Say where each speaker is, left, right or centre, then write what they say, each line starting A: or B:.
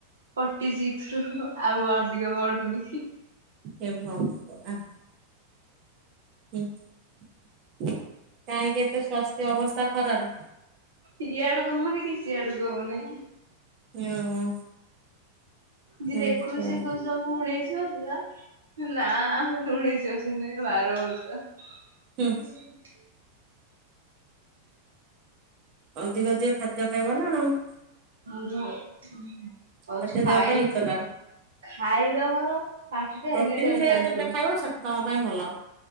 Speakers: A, on the right; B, on the right.
A: ଫଟି ସିକ୍ସି ରୁ ଆଉ ଅଧିକ ବଢ଼ୁନି।
B: ଏ ଭଗ <unintelligible> ହୁଁ କାହିଁକି ଏତେ ସ୍ୱାସ୍ଥ୍ୟ ଅବସ୍ଥା ଖରାପ?
A: ଇଆଡ଼କୁ ହଉନି କି ସିଆଡ଼କୁ ହଉନି
B: ଇଆ ହୁଁ।
A: ଯିଏ
B: ହୁଁ
A: ଦେଖୁଛି
B: ହୁଁ
A: ଶିଏ କହୁଛି ତମକୁ ଉଣେସି ବର୍ଷ? ନା ଉଣିଶି ବର୍ଷ ନୁହେଁ ବାର ବର୍ଷ
B: ହୁଁ।
A: ହୁଁ
B: ଅଧିକ ଅଧିକ ଖାଦ୍ୟ ଖାଇବ ନା ଆଉ।
A: ଅନୁ ହଉଚି
B: ଖାଦ୍ୟ
A: ଖାଇ
B: ଦେହ ପାଇଁ ହିତକାର
A: ଖାଇବା ମୋର ପାଟି ଟା
B: ପ୍ରୋଟିନ୍
A: ଏନି ଟାଇମ
B: ଖାଇବା
A: ଚାଲିଥିବ।
B: ଯେତେ ଖାଇବ ସେତେ ତମ ପାଇଁ ଭଲ।